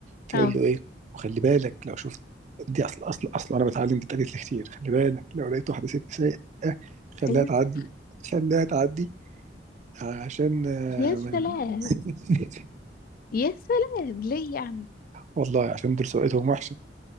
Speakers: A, on the right; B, on the left.
A: فيقول
B: اه
A: له ايه وخلي بالك لو شفت دي اصل اصل اصل انا بتعلم دي اتقالت لي كتير خلي بالك لو لقيت واحده ست سايقه خليها
B: ايوه
A: تعدي خليها تعدي عشان آه،
B: يا سلام
A: ما- <laughs>
B: يا سلام ليه يعني
A: والله عشان دول سواقتهم وحشه